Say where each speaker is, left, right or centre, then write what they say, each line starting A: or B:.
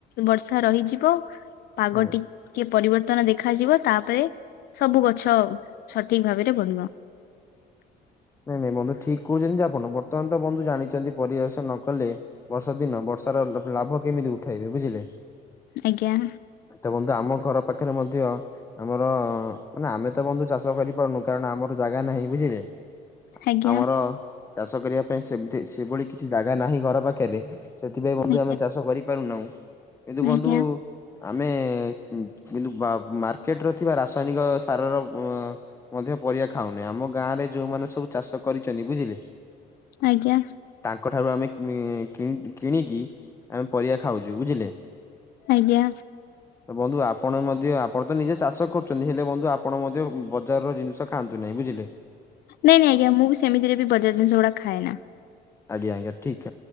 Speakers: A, on the left; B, on the left.
A: ବର୍ଷା ରହିଯିବ। ପାଗଟି
B: ଆଜ୍ଞା।
A: କିଏ ପରିବର୍ତ୍ତନ ଦେଖାଯିବ ତାପରେ ସବୁ ଗଛ ସଠିକ ଭାବରେ ବଢିବ।
B: ନାଇଁ ନାଇଁ ବନ୍ଧୁ ଠିକ କହୁଛନ୍ତି ଯେ ଆପଣ ବର୍ତ୍ତମାନ ତ ବନ୍ଧୁ ଜାଣିଛନ୍ତି ପରିବେଶ ନ କଲେ ବର୍ଷା ଦିନ ବର୍ଷାର ଲାଭ କେମିତି ଉଠାଇବେ ବୁଝିଲେ।
A: ଆଜ୍ଞା।
B: ଦେଖନ୍ତୁ ଆମ ଘର ପାଖରେ ମଧ୍ୟ ଆମର ମାନେ ଆମେ ତ ବନ୍ଧୁ ଚାଷ କରିପାରୁନୁ କାରଣ ଆମର ଜାଗା ନାହିଁ ବୁଝିଲେ।
A: ଆଜ୍ଞା
B: ଆମର ଚାଷ କରିବା ପାଇଁ ସେମିତି ସେଭଳି କିଛି ଜାଗା ନାହିଁ ଘର ପାଖରେ। ସେଥିପାଇଁ ବନ୍ଧୁ
A: ଆଜ୍ଞା
B: ଆମେ ଚାଷ କରି ପାରୁନାହୁଁ। କିନ୍ତୁ
A: ଆଜ୍ଞା
B: ବନ୍ଧୁ ଆମେ କିନ୍ତୁ ମାର୍କେଟ ର ଥିବା ରାସାୟନିକ ସାରର ମଧ୍ୟ ପରିବା ଖାଉନେହିଁ। ଆମ ଗାଁରେ ଯୋଉଁମାନେ ସବୁ ଚାଷ କରିଛନ୍ତି ବୁଝିଲେ।
A: ଆଜ୍ଞା।
B: ତାଙ୍କଠାରୁ ଆମେ କି-କିଣିକି ଆମେ ପରିବା ଖାଉଛୁ ବୁଝିଲେ।
A: ଆଜ୍ଞା।
B: ବନ୍ଧୁ ଆପଣ ମଧ୍ୟ ଆପଣ ତ ନିଜେ ଚାଷ କରୁଛନ୍ତି। ହେଲେ ବନ୍ଧୁ ଆପଣ ମଧ୍ୟ ବଜାରର ଜିନିଷ ଖାଆନ୍ତୁ ନାହିଁ ବୁଝିଲେ।
A: ନାଇଁ ନାଇଁ ଆଜ୍ଞା ମୁଁ ବି ସେମତିରେ ବି ବଜାର ଜିନିଷ ଗୁଡା ଖାଏ ନା।
B: ଆଜ୍ଞା ଆଜ୍ଞା ଠିକ୍।